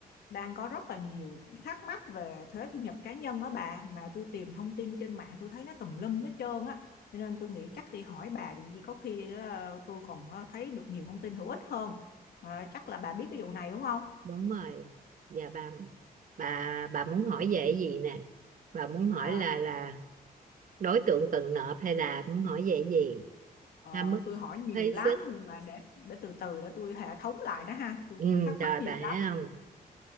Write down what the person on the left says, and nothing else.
đang có rất là nhiều cái thắc mắc về thuế thu nhập cá nhân á bà mà tôi tìm thông tin trên mạng tôi thấy nó tùm lum hết trơn á. Cho nên tôi nghĩ chắc đi hỏi bà thì gì có khi à, tôi còn à, thấy được nhiều thông tin hữu ích hơn. À, chắc là bà biết cái vụ này đúng không?
À
ờ,
tôi hỏi nhiều
lắm nhưng mà để để từ từ để tôi hệ thống lại đó ha. Tôi
tôi thắc
mắc nhiều
lắm.